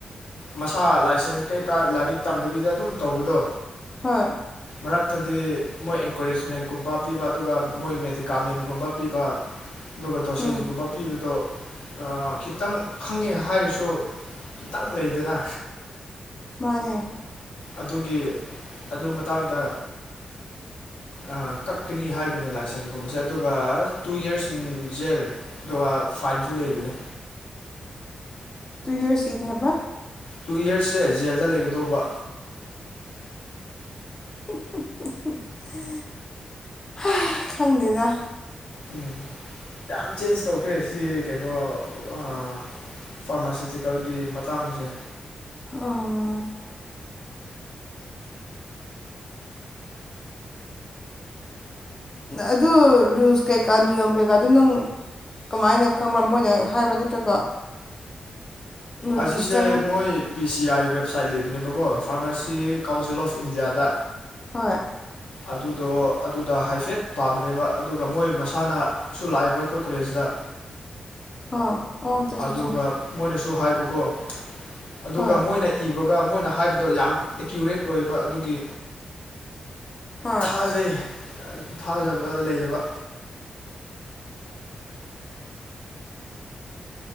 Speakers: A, on the left; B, on the left.
A: ꯃꯁꯥꯅ ꯂꯥꯏꯁꯦꯟꯁ ꯀꯩꯀꯥ ꯂꯥꯏꯔꯤꯛ ꯇꯝꯗꯕꯤꯗ ꯑꯗꯨꯝ ꯇꯧꯕꯗꯣ
B: ꯍꯣꯏ
A: ꯃꯔꯛꯇꯗꯤ ꯃꯣꯏ ꯑꯦꯟꯀꯔꯦꯖꯃꯦꯟꯒꯨꯝꯕ ꯄꯤꯕ ꯑꯗꯨꯒ ꯃꯣꯏ ꯃꯦꯗꯤꯀꯥꯃꯦꯟꯒꯨꯝꯕ ꯄꯤꯕ ꯑꯗꯨꯒ ꯗꯣꯁꯦꯒꯨꯝꯕ
B: ꯎꯝ
A: ꯄꯤꯕꯗꯣ ꯑꯥ ꯈꯤꯇꯪ ꯈꯪꯉꯦ ꯍꯥꯏꯔꯁꯨ ꯇꯪ ꯂꯩꯇꯦꯅ
B: ꯃꯥꯅꯦ
A: ꯑꯗꯨꯒꯤ ꯑꯗꯨ ꯃꯇꯥꯡꯗ ꯑꯥ ꯀꯛꯀꯅꯤ ꯍꯥꯏꯕꯅꯤ ꯂꯥꯏꯁꯦꯟꯁꯀꯨꯝꯕꯁꯦ ꯑꯗꯨꯒ ꯇꯨ ꯌꯔꯁ ꯏꯟ ꯖꯦꯜ ꯗꯨꯒꯥ ꯐꯥꯏꯟꯁꯨ ꯂꯩꯕꯅꯦ
B: ꯇꯨ ꯏꯌꯔꯁ ꯀꯩ ꯍꯥꯏꯕ
A: ꯇꯨ ꯌꯔꯁꯁꯦ ꯖꯦꯜꯗ ꯂꯩꯒꯗꯧꯕ
B: <inaudible> ꯍꯥ ꯈꯪꯗꯦꯗ
A: ꯎꯝ ꯌꯥꯝ ꯆꯦꯟꯖ ꯇꯧꯈ꯭ꯔꯦ ꯁꯤ ꯀꯩꯅꯣ ꯑꯥ ꯐꯥꯔꯃꯥꯁꯤꯇꯤꯀꯦꯜꯒꯤ ꯃꯇꯥꯡ ꯑꯁꯦ
B: ꯑꯥ ꯑꯗꯨ ꯔꯨꯜꯁ ꯀꯩꯀꯥ ꯅꯤꯌꯣꯝ ꯀꯩꯀꯥꯗꯣ ꯅꯪ ꯀꯃꯥꯏꯅ ꯀꯩ ꯈꯪꯕ꯭ꯔꯥ ꯃꯣꯏꯅ ꯍꯥꯏꯕ꯭ꯔꯥ ꯅꯠꯇ꯭ꯔꯒ ꯅꯣꯇꯤꯁꯇ
A: ꯑꯁꯤꯁꯦ ꯃꯣꯏ ꯄꯤ ꯁꯤ ꯑꯥꯏ ꯋꯦꯕꯁꯥꯏꯠ ꯂꯩꯕꯅꯦꯕꯀꯣ ꯐꯥꯔꯃꯥꯁꯤ ꯀꯥꯎꯟꯁꯤꯜ ꯑꯣꯐ ꯏꯟꯗꯤꯌꯥꯗ
B: ꯍꯣꯏ
A: ꯑꯗꯨꯗꯣ ꯑꯗꯨꯗ ꯍꯥꯏꯐꯦꯠ ꯄꯥꯕꯅꯦꯕ ꯑꯗꯨꯒ ꯃꯣꯏ ꯃꯁꯥꯅ ꯁꯨ ꯂꯥꯛꯑꯦꯕ ꯑꯩꯈꯣꯏ ꯀꯣꯂꯦꯖꯁꯤꯗ
B: ꯍꯥ ꯑꯣ ꯆꯣ ꯆꯣ
A: ꯑꯗꯨꯒ
B: ꯆꯣ
A: ꯃꯣꯏꯅꯁꯨ ꯍꯥꯏꯕꯀꯣ ꯑꯗꯨꯒ
B: ꯍꯣꯏ
A: ꯃꯣꯏꯅ ꯏꯕꯒ ꯃꯣꯏꯅ ꯍꯥꯏꯕꯗꯣ ꯌꯥꯝ ꯑꯦꯀ꯭ꯌꯨꯔꯦꯠ ꯑꯣꯏꯕ ꯑꯗꯨꯒꯤ
B: ꯍꯣꯏ
A: ꯊꯥꯖꯩ ꯊꯥꯖꯕ ꯂꯩꯌꯦꯕ